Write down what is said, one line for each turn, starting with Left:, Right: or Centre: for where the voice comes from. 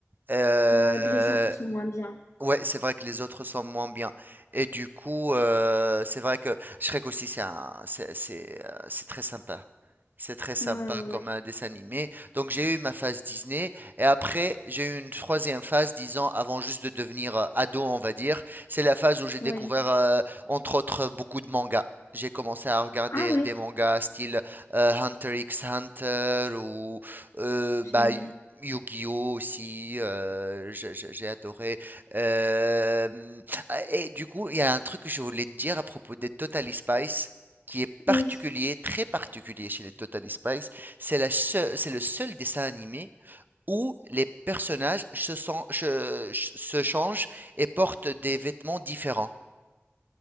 Right: Euh,
Left: ouais, les autres sont moins bien.
Right: Ouais, c'est vrai que les autres sont moins bien. Et du coup, euh, c'est vrai que Shrek aussi, c'est un- c'est, c'est, euh, c'est très sympa. C'est très sympa
Left: Ouais, ouais, ouais,
Right: comme un dessin animé. Donc j'ai eu ma phase Disney et après j'ai eu une troisième phase, dix ans avant juste de devenir euh, ado, on va dire. C'est la phase où j'ai découvert,
Left: ouais.
Right: euh, entre autres, beaucoup de mangas. J'ai commencé à regarder
Left: Ah ouais,
Right: des mangas style euh, Hunter x Hunter ou euh,
Left: génial.
Right: bah, Yu- Yu-Gi-Oh aussi. euh, j'ai j'ai- j'ai adoré. Hem, ah et du coup, il y a un truc que je voulais te dire à propos des Totally Spice qui est particulier,
Left: Oui.
Right: très particulier chez les Totally Spice. C'est la seu- c'est le seul dessin animé où les personnages se, sen- se se changent et portent des vêtements différents.